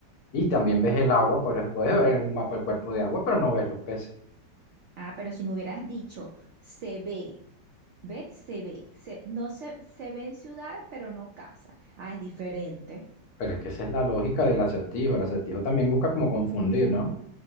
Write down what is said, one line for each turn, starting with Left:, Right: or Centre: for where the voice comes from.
Left: Y también ves el agua, por eso puedes ver en un mapa el cuerpo de agua, pero no ves los peces.
Right: Ah, pero si me hubieras dicho, se ve, ¿ves? Se ve, se, no se, se ven ciudades, pero no casas. Ah, es diferente.
Left: Pero es que esa es la lógica del acertijo. El acertijo también busca como confundir, ¿no?